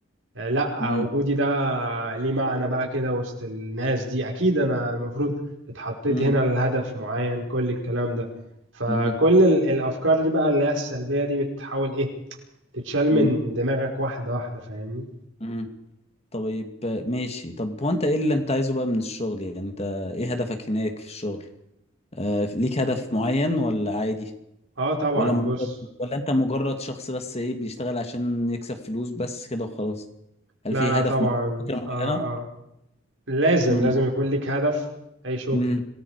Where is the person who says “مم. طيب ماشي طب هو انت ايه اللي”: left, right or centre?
Left